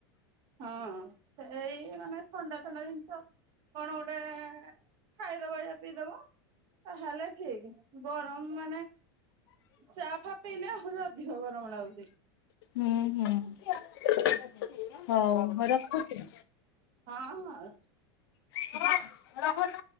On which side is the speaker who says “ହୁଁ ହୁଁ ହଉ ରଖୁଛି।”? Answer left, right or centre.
Left